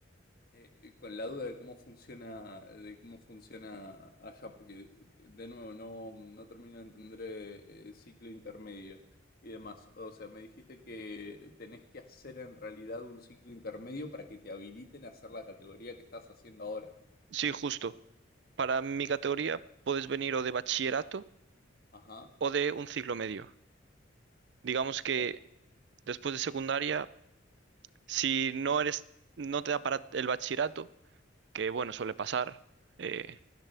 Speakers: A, on the left; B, on the right.
A: eh, eh, con la duda de cómo funciona, de cómo funciona allá, porque de nuevo no, no termino de entender eh, el ciclo intermedio y demás. O sea, me dijiste que tenés que hacer en realidad un ciclo intermedio para que te habiliten a hacer la categoría que estás haciendo ahora.
B: sí, justo. Para mi categoría puedes venir o de bachillerato
A: Ajá.
B: o de un ciclo medio. Digamos que
A: O
B: después de secundaria, si no eres, no te da para el bachillerato, que bueno, suele pasar, eh,